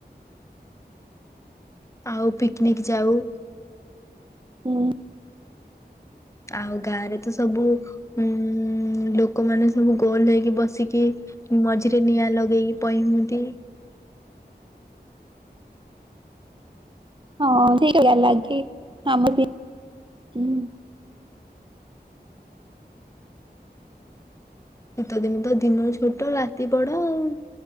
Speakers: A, on the left; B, on the right.
A: ଆଉ ପିକନିକ ଯାଉ।
B: ହୁଁ।
A: ଆଉ ଗାଁ ରେ ତ ସବୁ
B: <inaudible>
A: ଉଁ ଲୋକମାନେ ସବୁ ଗୋଲ ହେଇକି ବସିକି ମଝିରେ ନିଆଁ ଲଗେଇକି ପଇଁ ହୁଅନ୍ତି।
B: ହଁ ସେକିଆ ଲାଗେ କାମ ବି ହୁଁ।
A: ଶୀତ ଦିନ ତ ଦିନ ଛୋଟ ରାତି ବଡ ଆଉ।